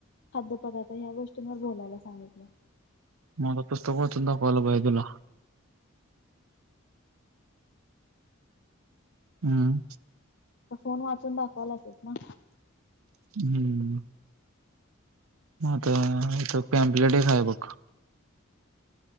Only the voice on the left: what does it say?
खाद्यपदार्थ ह्या गोष्टींवर बोलायला सांगितलं.
फोन वाचून दाखवालायसच ना.